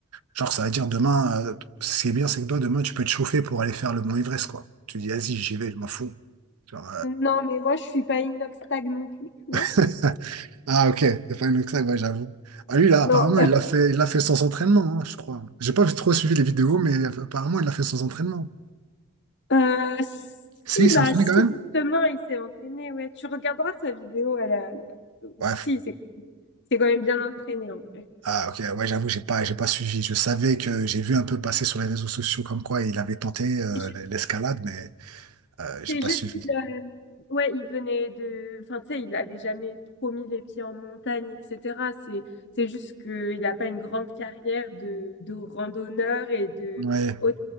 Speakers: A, on the right; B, on the left.
A: Genre, ça veut dire demain, euh, ce qui est bien, c'est que toi, demain, tu peux te chauffer pour aller faire le Mont Everest, quoi. Tu dis, vas-y, j'y vais, je m'en fous. Genre,
B: Non, mais moi, je suis pas inox tag non plus, tu vois.
A: euh, <laughs> Ah, ok, The Final Climb, ouais, j'avoue. Ah, lui, là,
B: Non,
A: apparemment, il l'a fait, il l'a fait sans entraînement, hein, je crois. J'ai pas trop suivi les vidéos, mais apparemment, il l'a fait sans entraînement.
B: Euh, si,
A: Si, il
B: bah,
A: s'est entraîné
B: si,
A: quand même?
B: justement, il s'est entraîné, ouais. Tu regarderas sa vidéo, elle a, elle a-
A: Ouais.
B: Si, c'est c'est quand même bien entraîné, en vrai.
A: Ah, ok, ouais, j'avoue, j'ai pas, j'ai pas suivi. Je savais que j'ai vu un peu passer sur les réseaux sociaux comme quoi il avait tenté euh,
B: Ju-
A: l'escalade, mais euh, j'ai
B: C'est
A: pas
B: juste
A: suivi.
B: qu'il euh, ouais, il venait de... Enfin, tu sais, il n'avait jamais trop mis les pieds en montagne, etc. C'est c'est juste qu'il n'a pas une grande carrière de, de randonneur et de
A: Ouais.
B: haute